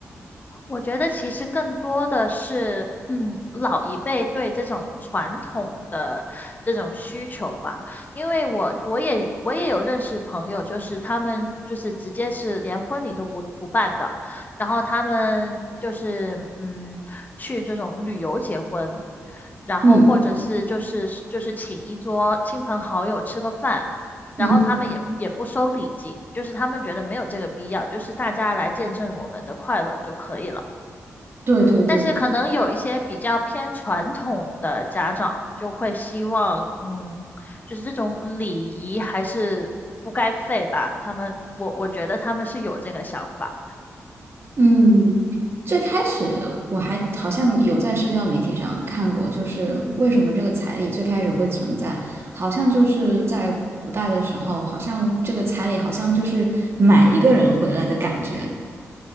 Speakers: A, on the left; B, on the right.
A: 我觉得其实更多的是，嗯，老一辈对这种传统的这种需求吧。因为我我也我也有认识朋友，就是他们就是直接是连婚礼都不不办的，然后他们就是嗯去这种旅游结婚，然后或者是就是就是请一桌亲朋好友吃个饭。
B: 嗯
A: 然后他们也也不收礼金，
B: 嗯，
A: 就是他们觉得没有这个必要，就是大家来见证我们的快乐就可以了。
B: 对对对，
A: 但是可能有一些比较偏传统的家长就会希望，嗯，就是这种礼仪还是不该废吧。他们，我我觉得他们是有这个想法。
B: 嗯，最开始我还好像有在社交媒体上看过，就是为什么这个彩礼最开始会存在，好像就是在古代的时候，好像这个彩礼好像就是买一个人回来的感觉。